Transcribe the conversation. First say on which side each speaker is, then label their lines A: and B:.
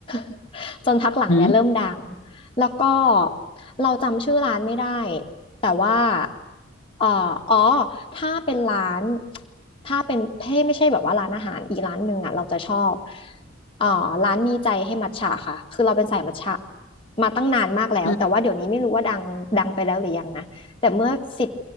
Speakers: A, on the left; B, on the left.
A: <laughs> จนพักหลังเนี่ยเริ่มดัง
B: อืม
A: แล้วก็เราจำชื่อร้านไม่ได้แต่ว่าเอ่ออ๋อถ้าเป็นร้านถ้าเป็นเพ่ไม่ใช่แบบว่าร้านอาหารอีกร้านหนึ่งอ่ะเราจะชอบเอ่อร้านมีใจให้มัทฉะค่ะคือเราเป็นสายมัทฉะมาตั้งนานมากแล้วแต่ว่าเดี๋ยวนี้ไม่รู้ว่าดังดังไปแล้วหรือยังนะ
B: อืม
A: แต่เมื่อสิบ